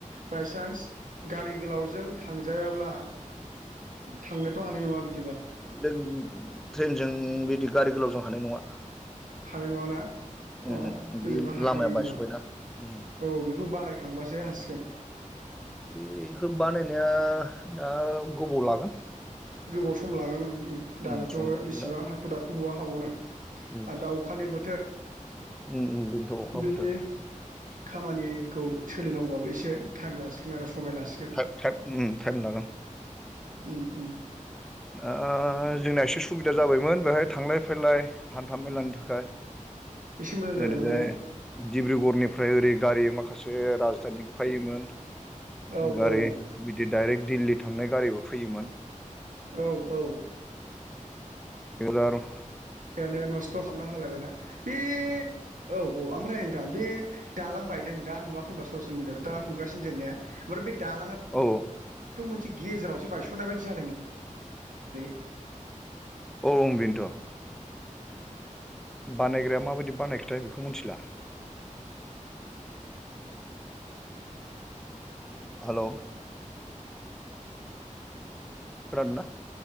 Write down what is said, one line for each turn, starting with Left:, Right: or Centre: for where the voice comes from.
Right: बायसान्स गारि गोलावजों थांजायाब्ला ब्ला थांनोथ' हानाय नङा बिदि
Centre: ट्रेन ट्रेनजों बिदि गारि गोलावजों हानाय नङा।
Right: हानाय नङाना?
Centre: उमहो
Right: अ बेदिबा
Centre: बे
Right: हाथावनाय
Centre: लामाया
Right: नुला।
Centre: बायस'बायना उम
Right: औ बेखौ बानायखांबासो सो हासिगोन।
Centre: बेखौ बानायनाया दा गोबाव लागोन।
Right: गोबाव सम लागोन उम-उम दानोथ'
Centre: उम सम लागोन
Right: एसेबां
Centre: दा
Right: हाखु दाखु बहा हाबावनो। आरो
Centre: उम
Right: दा अखानि बोथोर
Centre: उम उम बेनोथ' अखा
Right: बिनि।
Centre: बोथोर
Right: खामानिखौ सोलिनांगौबाबो एसे टाइम लासिगोन आरो समाय लासिगोन
Centre: थाइब-थाइब उम थाइम लाागोन।
Right: उम उम।
Centre: ओ जोंना एसे सुबिदा जाबायमोन बेहाय थांलाय फैलाय हान्था मेलानि थाखाय।
Right: एसे मोजां जाबायमोन
Centre: ओरैजाय
Right: ने
Centre: दिडब्रुगरनिफ्राय ओरै गारि माखासे राजधानि फैयोमोन।
Right: ओ
Centre: गारि
Right: औ
Centre: बिदि दडाइरेक्ट दिल्ली थांनाय गारिबो फैयोमोन।
Right: औ औ
Centre: दोलां
Right: अखायानो नस्थ' खालामना हालायबायन बे औ औ ओमफ्राय नोंथां बे दालां बायदों दा नुवाखै होनबा ससियेल मिडियाथ' दा नुगासिनो जोंनाया ने? ओमफ्राय बे दालाङाथ'
Centre: औ
Right: मोनसे गेजेरावसो बायस'नाय बायदि जादोंलै
Centre: औ बेनोथ'। बानायग्राया माबायदि बानायखोथाय बेखौ मिथिला। हेल' खोनादों ना?